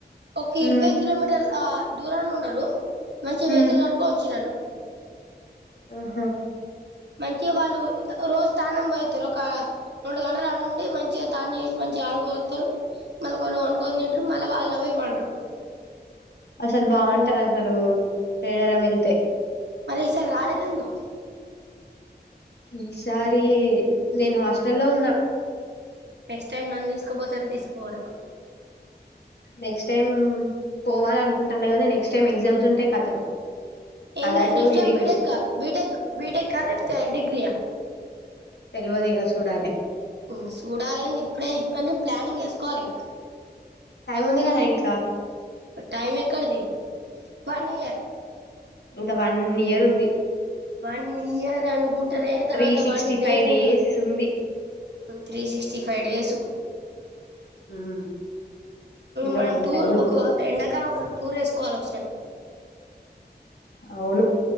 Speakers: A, on the right; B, on the left.
A: ఓకే
B: ఉమ్
A: ఇరవై కిలోమీటర్లా దూరాల్లో ఉన్నారు మంచి వెహికల్
B: ఉమ్
A: కట్టుకో వచ్చినాల్లు
B: ఆహా
A: మంచిగా వాళ్ళు రోజు స్థాన్నంపోయ్తారు ఒక రెండు గంటలకు ఆడుండి మంచిగా తాన్ని చేసి మంచిగా ఆడుకోవస్తారు మళ్ళకోళ్లు వండుకొని తింటారు, మళ్ళ అలపోయ్ పంన్ట్రూ
B: అసలు బాగుంటదసలు మేడారం వెళ్తే
A: సరే ఈసారి రాలేదేందుక్
B: ఈసారి నేను హాస్టల్ లో ఉన్నా
A: నెక్స్ట్ టైమ్ నన్ను తీస్కుపోతారో తీసుక్పోరో
B: నెక్స్ట్ టైం పోవాల అనుకుంటా గానీ నెక్స్ట్ టైం ఎగ్జామ్స్ ఉంటే కతం
A: ఎంద్
B: అదటు
A: నెక్స్ట్ టై
B: ఇది ఇటు
A: బీటెక్గా బీటేగ్ బీటెక లేకపోతే డిగ్రియ
B: తెల్వదిక చూడాలి
A: పు చూడాలేన్ద్ ఇప్పుడే <unintelligible> ప్లానింగ్ వేసుకోవాలి గదా
B: టైం ఉంది కదా ఇంట్లో
A: టైం ఎక్కడిది వన్ ఇయర్
B: ఇంకా వన్ ఇయర్ ఉంది
A: వన్ ఇయర్ అను ఉంటేనే తర్వాత
B: త్రీ సిక్స్టీ
A: వన్ డే
B: ఫైవ్ డేస్
A: ఉండదు
B: ఉంది
A: త్రీ సిక్స్టీ ఫైవ్ డేస్
B: ఉమ్ ఇంకా
A: మనం
B: ఫుల్
A: టూర్
B: టైం
A: ఒక ఎండాకాలం ఒక టూర్ ఏసుకోవాలి ఒకసారి
B: అవును